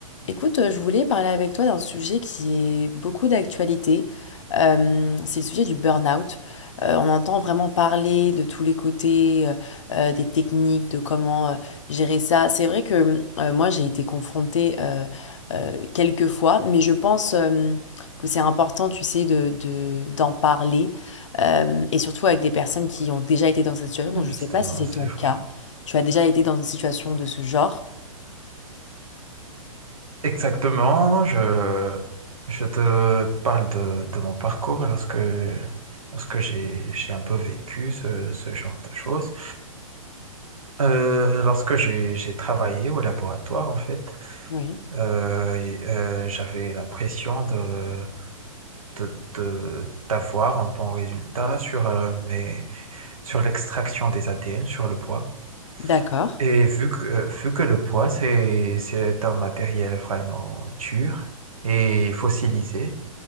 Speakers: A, on the left; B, on the right.
A: Écoute, euh, je voulais parler avec toi d'un sujet qui est beaucoup d'actualité. Euh, c'est le sujet du burn-out. Euh, on entend vraiment parler de tous les côtés, euh, euh, des techniques, de comment euh, gérer ça. C'est vrai que euh, moi, j'ai été confrontée euh, euh, quelques fois, mais je pense euh, que c'est important, tu sais, de, de- d'en parler, euh, et surtout avec des personnes qui ont déjà été dans cette situation. Donc, je
B: Justement,
A: ne sais pas si c'est
B: c'est
A: ton
B: vrai.
A: cas. Tu as déjà été dans une situation de ce genre.
B: Exactement, je, je te parle de, de mon parcours lorsque, lorsque j'ai, j'ai un peu vécu ce, ce genre de choses. Euh, lorsque j'ai, j'ai travaillé au laboratoire, en fait,
A: Oui,
B: euh, et, euh, j'avais la pression de, de, de- d'avoir un bon résultat sur, euh, mes, sur l'extraction des ADN, sur le poids.
A: d'accord,
B: Et vu que, euh, vu que le bois, c'est, c'est un matériel vraiment dur et fossilisé,